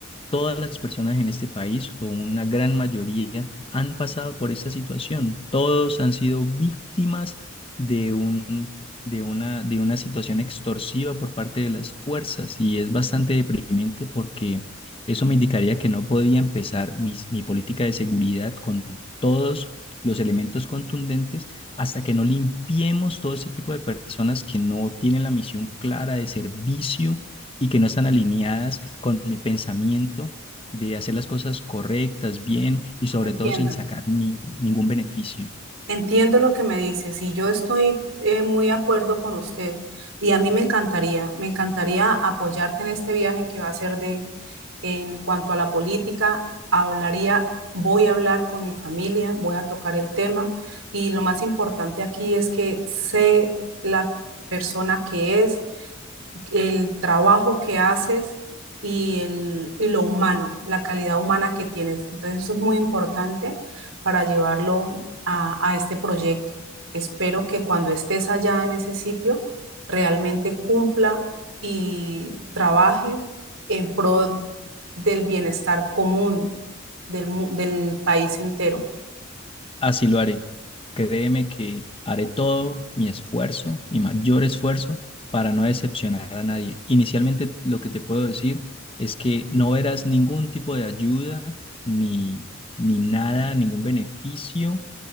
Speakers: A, on the left; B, on the right.
A: Todas las personas en este país, o una gran mayoría, han pasado por esta situación. Todos han sido víctimas de un, de una, de una situación extorsiva por parte de las fuerzas y es bastante deprimente porque eso me indicaría que no podía empezar mis- mi política de seguridad con todos los elementos contundentes hasta que no limpiemos todo este tipo de personas que no tienen la misión clara de servicio y que no están alineadas con mi pensamiento de hacer las cosas correctas, bien y sobre
B: Entiendo.
A: todo sin sacar ni- ningún beneficio.
B: Entiendo lo que me dices y yo estoy eh, muy de acuerdo con usted y a mí me encantaría, me encantaría apoyarte en este viaje que va a ser de, en cuanto a la política, hablaría, voy a hablar con mi familia, voy a tocar el tema y lo más importante aquí es que sé la persona que es, el trabajo que haces y, el, y lo humano, la calidad humana que tienes. Entonces eso es muy importante para llevarlo a, a este proyecto. Espero que cuando estés allá en ese sitio realmente cumpla y trabaje en pro del bienestar común del, del país entero.
A: Así lo haré. Créeme que haré todo mi esfuerzo, mi mayor esfuerzo para no decepcionar a nadie. Inicialmente lo que te puedo decir es que no verás ningún tipo de ayuda ni, ni nada, ningún beneficio